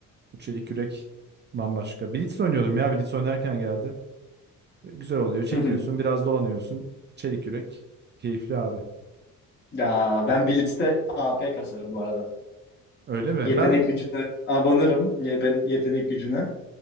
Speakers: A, on the right; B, on the left.
A: Bu çelik yürek bambaşka. Blitz oynuyordum ya. Blitz oynarken geldi. Güzel oluyor. Çekiyorsun,
B: <laughs>
A: biraz dolanıyorsun. Çelik yürek. Keyifli abi.
B: Ya ben Blitz'te AP kasarım bu arada.
A: Öyle mi?
B: Yetenek
A: Ben
B: gücüne abanırım. Ye- Ben yetenek gücüne.